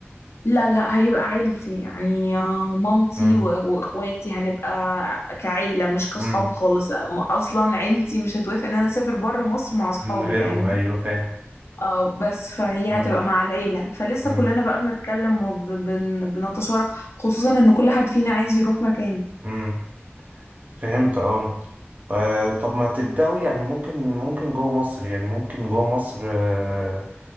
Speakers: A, on the left; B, on the right.
A: لا لا هيبقى عيلتي يعني آه، مامتي
B: مم.
A: و- واخواتي هنبقى كعيلة مش كصحاب
B: مم.
A: خالص أم- اصلا عيلتي مش هتوافق ان انا اسافر بره مصر مع صحابي
B: من غيرهم
A: فاهمني
B: أيوة فاهم
A: اه بس فهي
B: مم.
A: هتبقى مع العيلة فلسه
B: مم.
A: كلنا بقى بنتكلم وبنتشارك خصوصا ان كل حد فينا عايز يروح مكان
B: مم. فهمت أه آه، طب ما تبدأوا يعني ممكن ممكن جوه مصر يعني ممكن جوه مصر آه،